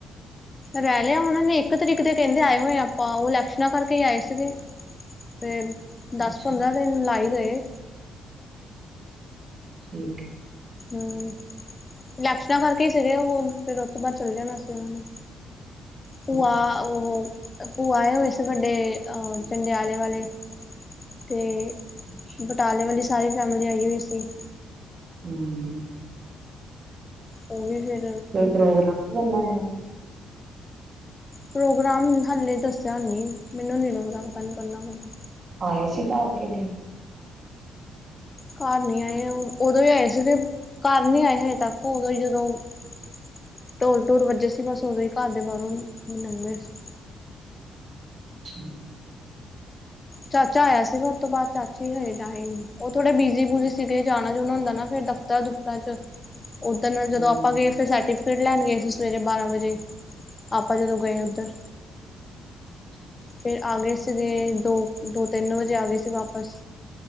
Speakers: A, on the left; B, on the right.
A: ਰਹਿ ਲਿਆ ਉਹਨਾਂ ਨੇ ਇੱਕ ਤਰੀਕ ਦੇ ਕਹਿੰਦੇ ਆਏ ਹੋਏ ਆਪਾਂ, ਉਹ ਇਲੈਕਸ਼ਨਾਂ ਕਰਕੇ ਆਏ ਸੀਗੇ। ਤੇ
B: ਅੱਛਾ
A: ਦਸ ਪੰਦਰਾਂ ਦਿਨ ਲਾਈ ਗਏ।
B: ਠੀਕ ਏ।
A: ਹੁੰ। ਇਲੈਕਸ਼ਨਾਂ ਕਰਕੇ ਸੀਗੇ ੳਹ, ਫੇਰ ਉਸਤੋਂ ਬਾਅਦ ਚੱਲ ਜਾਣਾ ਸੀ ਉਹਨਾਂ ਨੇ। ਭੂਆ
B: ਅੱਛਾ
A: ਉਹ ਭੂਆ ਆਏ ਹੋਏ ਸੀ ਵੱਡੇ ਚੰਡਿਆਲੇ ਵਾਲੇ, ਤੇ
B: ਅੱਛਾ
A: ਬਟਾਲੇ ਵਾਲੀ ਸਾਰੀ ਫੈਮਿਲੀ ਆਈ ਹੋਈ ਸੀ।
B: ਹੁੰ।
A: ਉਹ ਵੀ ਫੇਰ
B: ਕੋਈ ਪ੍ਰੋਗਰਾਮ ਵੀ ਕਰਨਾ ਇਹਨਾਂ ਨੇ?
A: ਪ੍ਰੋਗਰਾਮ ਹਾਲੇ ਦੱਸਿਆ ਨੀ, ਮੈਨੂੰ ਨੀ ਲੱਗਦਾ ਪਤਾ ਨੀ ਕਰਨਾ ਕਿ ਨੀ
B: ਆਏ ਸੀ ਕਾਰ ਕੇ ਨਹੀਂ?
A: ਕਾਰ ਨਹੀਂ ਆਏ ਉਦੋਂ ਹੀ ਆਏ ਸੀਗੇ ਕਾਰ ਨੀ ਆਏ ਹਜੇ ਤੱਕ ਉਦੋਂ ਹੀ ਜਦੋਂ ਓ ਢੋਲ-ਢੂਲ ਵੱਜੇ ਸੀ, ਬਸ ਉਦੋਂ ਹੀ ਕਾਰ ਦੇ ਬਾਹਰੋਂ ਲੰਘੇ ਸੀ।
B: ਅੱਛਾ।
A: ਚਾਚਾ ਆਇਆ ਸੀਗਾ ਉਸਤੋਂ ਬਾਅਦ ਚਾਚੀ ਹੱਜੇ ਤਾਂ ਆਈ ਨਹੀਂ। ਉਹ ਥੋੜਾ ਬਿਜੀ-ਬੁਜੀ ਸੀ ਗੇ, ਜਾਣਾ-ਜੂਨਾਂ ਹੁੰਦਾ ਨਾ ਫੇਰ ਦਫ਼ਤਰਾਂ-ਦੁਫਤਰਾਂ ਚ। ਉਧਨ
B: ਹੂੰ
A: ਜਦੋਂ ਆਪਾਂ ਗਏ ਫੇਰ ਸੇਤੀ ਫਿਰ ਲੈਣ ਗਏ ਸੀ ਸਵੇਰੇ ਬਾਰਾਂ ਵਜੇ ਆਪਾਂ ਜਦੋਂ ਗਏ ਉੱਧਰ।
B: ਅੱਛਾ।
A: ਫੇਰ ਆ ਗਏ ਸੀਗੇ ਦੋ, ਦੋ ਤਿੰਨ ਵਜੇ ਆ ਗਏ ਸੀ ਵਾਪਸ।